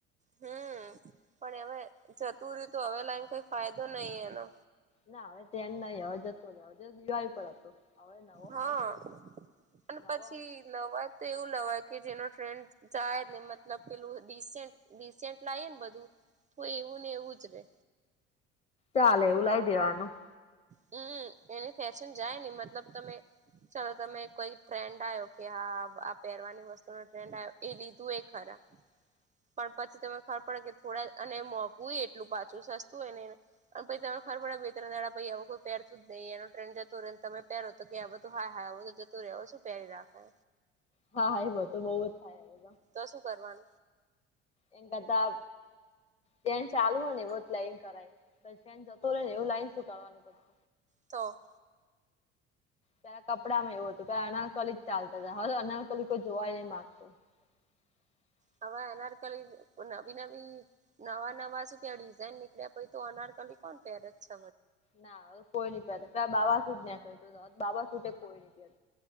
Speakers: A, on the right; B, on the left.
A: હમ્મ પણ હવે જતુંરિયુ તો હવે એને કઈ ફાયદો નઈ એનો.
B: ના હવે ટ્રેન્ડ નહી હવે જતો રયો દિવાળી પર હવે નવો
A: હા
B: આવશે
A: પણ
B: નવો
A: પછી
B: આવશે.
A: લવાય તો એવું લવાય કે જેનો ટ્રેન્ડ જાય નઈ મતલબ પેલું રિસેન્ટ રિસેન્ટ લાઈએ ને બધું તો એવું ને એવું જ રે.
B: ચાલે એવું લાઈ દેવાનું.
A: હમ્મ એની ફેશન જાય ને મતલબ તમે ચાલો તમે કોઈ ટ્રેન્ડ આવ્યો કે હા આ પહેરવાની વસ્તુ નો ટ્રેન્ડ આવ્યો એ લીધું એ ખરા
B: <inaudible>
A: પણ પછી તને ખબર પડે કે થોડા અને મોંઘું એટલું પાછું સસ્તુંએ નઈ. અને પઈ તને ખબર પડે બે ત્રણ દાડા પઈ હવ કોક પહેરતું જ નહીં એનો ટ્રેન જતો રહ્યો તમે પહેરો તો કે આવ તો હાય હાય હવ તો જતો રહ્યો હવ શું પહેરી રાખ.
B: હા હા એ બધૂ તો બઉ જ થાય. હવે
A: તો શું કરવાનું?
B: એને કરતા જેન ચાલુ હોય ને એવ જ લાઇન કરાય. પછીને ચેન જતો રહે ને. એવું લાઈન શું કરવાવાનું પછી.
A: તો!
B: પેલા કપડા માં એવું હતું કે અનારકલી જ ચાલતા હતા હવે અનારકલી કોઈ જોવાય નહી માગતું. <inaudible>
A: હવે અનારકલી જ નવી નવી નવા નવા શું કેવાય ડિઝાઇન નીકળ્યા પઈ તો અનારકલી કોણ પેર જ છ
B: ના હવે તો કોઈ નઈ પેર પેલા બાબા સૂટ નેકળિયું તું હવે તો બાબા સૂટે કોઈ નઈ પેર